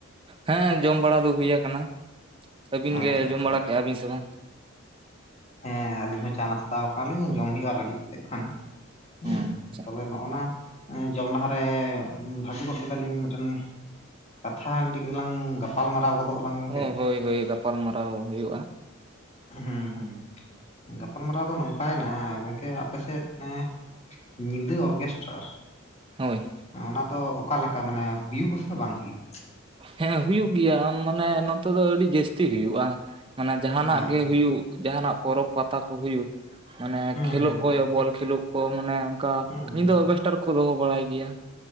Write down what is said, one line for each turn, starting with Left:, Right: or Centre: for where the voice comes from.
Right: ᱦᱮᱸ ᱡᱚᱢ ᱵᱟᱲᱟ ᱫᱚ ᱦᱩᱭ ᱠᱟᱱᱟ ᱟᱹᱵᱤᱱ
Left: ᱟᱪᱪᱷᱟ
Right: ᱜᱮ
Left: ᱟᱪᱪᱷᱟ
Right: ᱡᱚᱢ ᱵᱟᱲᱟ ᱠᱮᱜᱼᱟ ᱵᱤᱱ ᱥᱮ ᱵᱟᱝ
Left: ᱦᱮᱸ ᱟᱞᱤᱧ ᱦᱚᱸ ᱪᱟ ᱱᱟᱥᱛᱟ ᱠᱟᱱᱟᱞᱤᱧ ᱡᱚᱢ ᱦᱩᱭᱩᱜᱼᱟ ᱟᱨ ᱠᱟᱹᱴᱤᱡ ᱛᱮᱜ ᱠᱷᱟᱱ ᱦᱮᱸ
Right: ᱟᱪᱪᱷᱟ
Left: ᱛᱚᱵᱮ ᱱᱚᱜᱼᱚ ᱱᱟ ᱡᱚᱢ ᱞᱟᱦᱟᱨᱮ ᱵᱷᱟᱹᱜᱤ ᱜᱚᱫ ᱠᱮᱫᱟ ᱞᱤᱧ ᱢᱤᱫᱴᱮᱱ ᱠᱟᱛᱷᱟ ᱢᱤᱫᱴᱤᱡ ᱞᱟᱝ ᱜᱟᱯᱟ ᱜᱟᱞᱢᱟᱨᱟᱣ ᱜᱚᱫᱚᱜ ᱟᱞᱟᱝ ᱜᱚᱝᱠᱮ
Right: ᱦᱳᱭ ᱦᱳᱭ ᱦᱳᱭ ᱜᱟᱯᱟᱞ ᱢᱟᱨᱟᱣ ᱦᱳᱭᱳᱜᱼᱟ
Left: ᱦᱮᱸ ᱜᱟᱯᱟᱞᱢᱟᱨᱟᱣ ᱫᱚ ᱱᱚᱝᱠᱟᱭᱮᱱᱟ ᱜᱚᱝᱠᱮ ᱟᱯᱮᱥᱮᱫ ᱮᱸ ᱧᱤᱫᱟᱹ ᱚᱨᱜᱮᱥᱴᱟᱨ
Right: ᱦᱳᱭ
Left: ᱚᱱᱟ ᱫᱚ ᱚᱠᱟᱞᱮᱠᱟ ᱢᱟᱱᱮ ᱦᱩᱭᱩᱜ ᱟᱥᱮ ᱵᱟᱝ ᱦᱩᱭᱩᱜᱼᱟ
Right: ᱦᱮᱸ ᱦᱩᱭᱩᱜ ᱜᱮᱭᱟ ᱢᱟᱱᱮ ᱱᱚᱛᱮ ᱫᱚ ᱟᱹᱰᱤ ᱡᱟᱹᱥᱛᱤ ᱦᱩᱭᱩᱜᱼᱟ ᱚᱱᱟ ᱡᱟᱦᱟᱱᱟᱜ
Left: ᱟᱪᱪᱷᱟ
Right: ᱜᱮ ᱦᱩᱭᱩᱜ ᱡᱟᱦᱱᱟᱜ ᱯᱚᱨᱚᱵᱽ ᱯᱟᱛᱟ ᱠᱚ ᱦᱩᱭᱩᱜ ᱢᱟᱱᱮ
Left: ᱦᱩᱸ
Right: ᱠᱷᱮᱞᱳᱜ
Left: ᱦᱩᱸ
Right: ᱠᱚ
Left: ᱦᱩᱸ
Right: ᱦᱳᱭᱳᱜ ᱵᱚᱞ ᱠᱷᱮᱞᱳᱜ ᱠᱚ ᱢᱟᱱᱮ ᱚᱱᱠᱟ
Left: ᱦᱩᱸ
Right: ᱧᱤᱫᱟᱹ
Left: ᱦᱩᱸ
Right: ᱚᱨᱜᱮᱥᱴᱟᱨ ᱠᱚ ᱫᱚᱦᱚ ᱵᱟᱲᱟᱭ ᱜᱮᱭᱟ